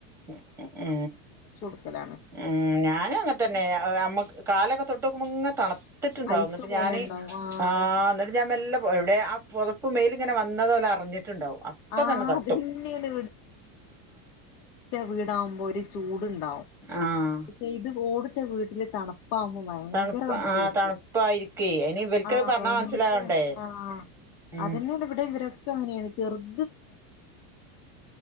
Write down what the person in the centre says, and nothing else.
ഉ
ഉം ഞാനും
അങ്ങത്തന്നെ അമ്മക്ക് കാലൊക്കെ തൊട്ട്ക്കുമ്പ തണ ത്തിട്ടുണ്ടാവും
എന്നിട്ട്
ഞാാന്
ആ്
എന്നിട്ട് ഞാൻ വല്ല എവിടെ ആ പുതപ്പ് മേല ഇങ്ങനെ വന്നതോല് അറിഞ്ഞിട്ട് ണ്ടാവും അപ്പ
തന്നെ തട്ടും
ആഹ്
തണുപ്പ്
ആഹ് തണുപ്പായിരിക്കേ അയിന് ഇവൽക്ക്
പറഞ്ഞാ മനസ്സിലാവണ്ടേ
ഉം